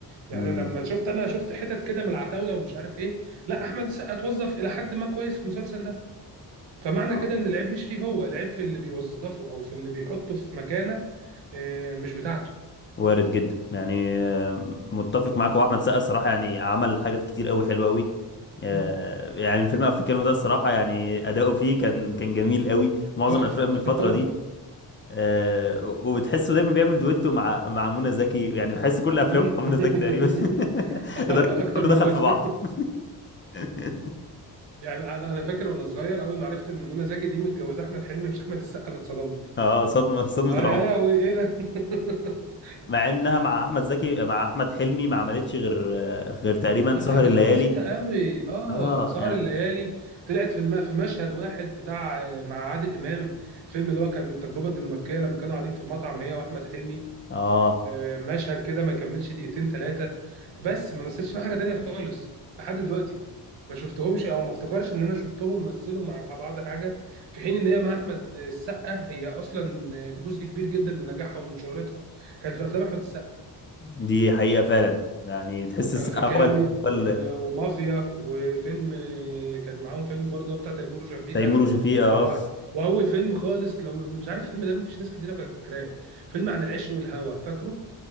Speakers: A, on the right; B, on the left.
A: يعني
B: امم
A: لما شفت انا شفت حتت كده من العتاوله ومش عارف ايه لا احمد السقا اتوظف الى حد ما كويس في المسلسل ده فمعنى
B: اه
A: كده ان العيب مش فيه هو العيب في اللي بيوظفه او في اللي بيحطه في مكانه آه، مش بتاعته
B: وارد جدا يعني آه، متفق معاك هو احمد سقا الصراحه يعني عمل حاجات كتير قوي حلوه قوي آه،
A: مم.
B: يعني فيلم افريكانو ده الصراحه يعني اداؤه فيه كان كان جميل قوي معظم
A: تحفه
B: الافلام من الفتره
A: <laughs> تحفه
B: دي آه، وبتحسه دايما بيعمل دويتو مع مع منى زكي يعني بحس كل افلامه
A: مم.
B: مع
A: <laughs>
B: منى زكي تقريبا <laughs> لدرجه
A: اكتر
B: ان كله
A: من
B: دخل
A: جزء
B: في بعض
A: <laughs>
B: <laughs>
A: يعني انا أنا فاكر وانا صغير اول ما عرفت ان منى زكي دي متجوزه احمد حلمي مش احمد السقا انا اتصدمت
B: اه صدمه صدمه
A: لا
B: العمر
A: يا لهوي ايه ده <laughs>
B: مع انها مع احمد زكي مع احمد حلمي ما عملتش غير آه، غير تقريبا
A: لا
B: سهر
A: حاجات
B: الليالي
A: بسيطة قوي اه
B: اه
A: سهر
B: يعني
A: الليالي طلعت في الم... في مشهد واحد بتاع آه، مع عادل إمام الفيلم اللي هو كان التجربة الدنماركية لما كانوا قاعدين في المطعم هي وأحمد حلمي
B: اه
A: آه، مشهد كده ما يكملش دقيقتين ثلاثة بس ما مثلش مع حاجة تانية خالص لحد دلوقتي ما شفتهمش او ما افتكرش ان انا شفتهم مثلوا مع بعض حاجة في حين ان هي مع احمد السقا هي اصلا جزء كبير جدا من نجاحها ومن شهرتها كان في افلام احمد السقا
B: دي حقيقة فعلا يعني تحس السقا
A: افريكانو
B: هو ال-
A: و-
B: هو ال-
A: ومافيا وفيلم كان معاهم فيلم برضه بتاع تيمور وشفيقة
B: تيمور وشفيقة
A: كانوا مع بعض
B: اه
A: واول فيلم خالص لو مش عارف الفيلم ده مفيش ناس كتيره فاكراه فيلم عن العشق والهوى فاكره